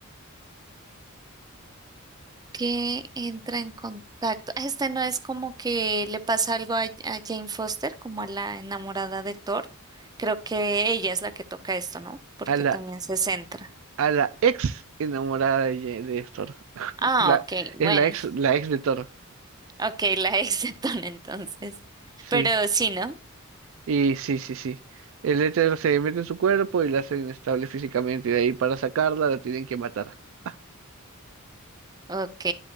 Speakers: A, on the right; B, on the right.
A: ¿Qué entra en contacto? Ah, Este no es como que le pasa algo a, a Jane Foster, como a la enamorada de Thor. Creo que ella es la que toca esto, ¿no? Porque
B: A la,
A: también se centra.
B: a la ex enamorada de, Ye- de Héctor.
A: Ah,
B: La,
A: ok, bueno,
B: es la ex, la ex de Toro
A: <laughs> ok, la ex de Thor entonces.
B: sí.
A: Pero sí, ¿no?
B: Y sí, sí, sí. El éter se mete en su cuerpo y la hace inestable físicamente. Y de ahí para sacarla la tienen que matar. <laughs>
A: Ok,